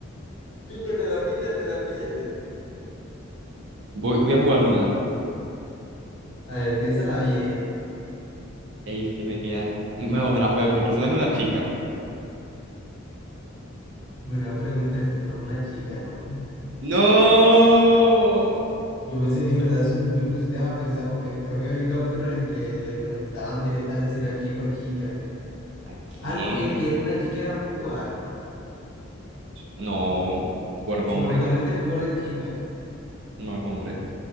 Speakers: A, on the left; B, on the right.
A: Píllatela, píllatela, píllatela.
B: voy, voy a jugar una.
A: A ver, piénsala bien.
B: Ey, es que me quedan. Bueno, me la juego. Tu personaje es una chica.
A: Buena pregunta, este no es una chica, ¿no?
B: ¡No!
A: Yo pensé, en
B: So-
A: verdad sí me pusiste a pensar porque creo que había un capítulo en el que le preguntaban directamente si era chico o chica.
B: ¿A quién?
A: Ah, no, el que era una chica era Puar.
B: No. Bueno, es
A: Supuestamente
B: hombre.
A: Puar es chica,
B: No es hombre.